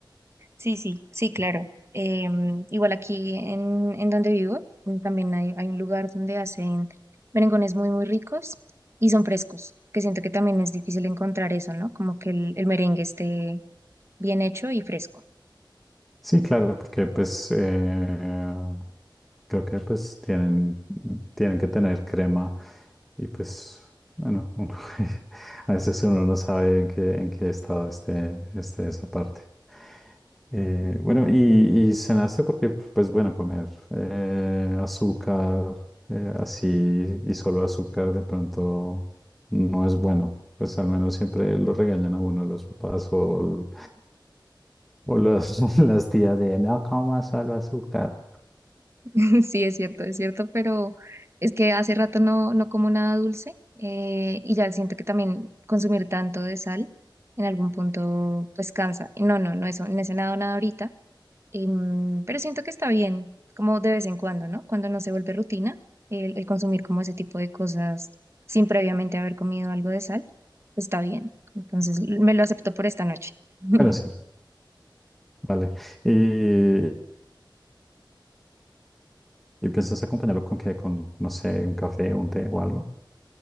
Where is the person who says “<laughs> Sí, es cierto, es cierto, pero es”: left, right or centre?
Right